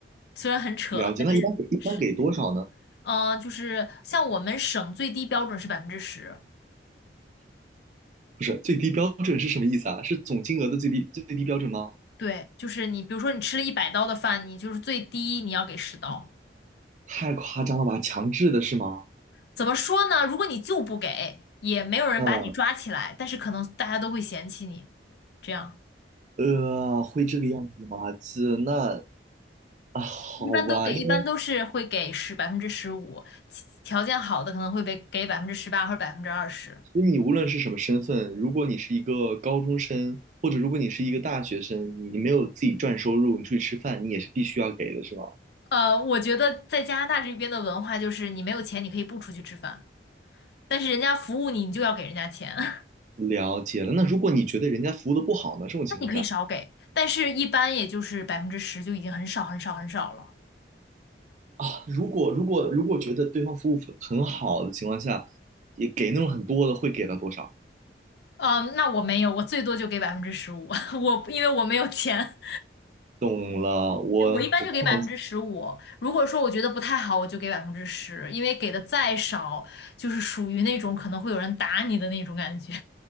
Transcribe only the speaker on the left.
虽然很扯，
但是是，
呃，就是像我们省最低标准是百分之十。
对，就是你，比如说你吃了一百刀的饭，你就是最低你要给十刀。
怎么说呢？如果你就不给，也没有人把你抓起来，
但是可能大家都会嫌弃你。这样
一般都给，
一般都是会给十百分之十五，其条件好的可能会被给百分之十八或者百分之二十。
呃，我觉得在加拿大这边的文化就是你没有钱你可以不出去吃饭，但是人家服务你，你就要给人家钱，<laughs> 那
你可以少给，但是一般也就是百分之十就已经很少很少很少了。
嗯，那我没有，我最多就给百分之十五，<laughs> 我因为我没有钱，
我一般就给百分之十五。如果说我觉得不太好，我就给百分之十，因为给的再少，就是属于那种可能会有人打你的那种感觉。